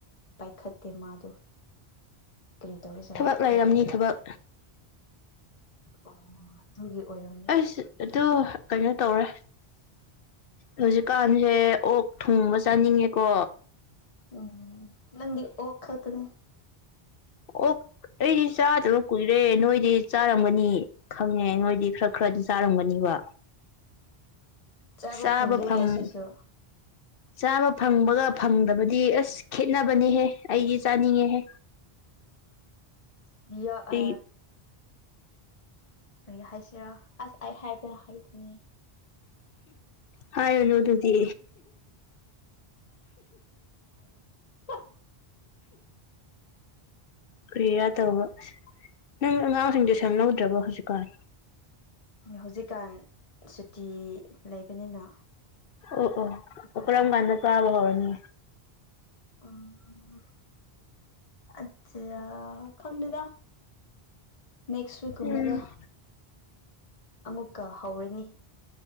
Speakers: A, on the left; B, on the left.
A: ꯄꯥꯏꯈꯠꯇꯦ ꯃꯥꯗꯣ ꯀꯔꯤ ꯇꯧꯕꯖꯥꯔꯥ
B: ꯊꯕꯛ ꯂꯩꯔꯝꯅꯤ
A: ꯈꯪꯗꯦ
B: ꯊꯕꯛ
A: ꯑꯣ ꯑꯗꯨꯒꯤ ꯑꯣꯏꯔꯝꯅꯤ
B: ꯑꯁ ꯑꯗꯨ ꯀꯩꯅꯣ ꯇꯧꯔꯦ ꯍꯧꯖꯤꯛꯀꯥꯟꯁꯦ ꯑꯣꯛ ꯊꯨꯡꯕ ꯆꯥꯅꯤꯡꯉꯦꯀꯣ
A: ꯎꯝ ꯅꯪꯒꯤ ꯑꯣꯈꯥꯇꯅꯦ
B: ꯑꯣ ꯑꯩ ꯆꯥꯗꯕ ꯀꯨꯏꯔꯦ ꯅꯣꯏꯗꯤ ꯆꯥꯔꯝꯒꯅꯤ ꯈꯪꯉꯦ ꯅꯣꯏꯗꯤ ꯈꯔ ꯈꯔꯗꯤ ꯆꯥꯔꯝꯒꯅꯤꯕ
A: ꯆꯥꯕ
B: ꯁꯥꯥꯕ
A: ꯐꯪꯗ꯭ꯔꯦ
B: ꯐꯉ
A: ꯁꯤꯁꯨ
B: ꯆꯥꯃ ꯐꯪꯕꯒ ꯐꯪꯗꯕꯗꯤ ꯑꯁ ꯈꯦꯠꯅꯕꯅꯤꯍꯦ ꯑꯩꯗꯤ ꯆꯥꯅꯤꯡꯉꯦꯍꯦ
A: <unintelligible> ꯌꯥ ꯑ
B: ꯑꯩ
A: ꯀ ꯍꯥꯏꯁꯦꯔꯥ ꯑꯁ ꯑ ꯍꯥꯏ ꯄꯦ ꯍꯥꯏꯥꯏ ꯊꯅꯦ
B: ꯍꯥꯏꯥ ꯌꯅꯗꯨꯗꯤ
A: ꯍꯥ
B: ꯀꯔꯤꯌꯥ ꯇꯧꯕ ꯅꯪ ꯑꯉꯥꯡꯁꯤꯡꯗꯤ ꯁꯪꯍꯧꯗ꯭ꯔꯕ ꯍꯧꯖꯤꯛꯀꯥꯟ
A: ꯍꯧꯖꯤꯛꯀꯥꯟ ꯁꯨꯇꯤ ꯂꯩꯕꯅꯤꯅ
B: ꯑꯣ ꯑꯣ
A: ꯌꯧꯗꯦ
B: ꯑꯣꯈꯔꯥ ꯑꯃ ꯀꯥꯟꯅ ꯇ ꯑꯕ ꯍꯅꯤ
A: ꯎꯝ ꯑꯆꯥ ꯈꯪꯗꯗ ꯅꯦꯛꯁ ꯋꯤꯛꯀꯨꯝꯕꯗ
B: ꯎꯝ
A: ꯑꯃꯨꯛꯀ ꯍꯧꯔꯅꯤ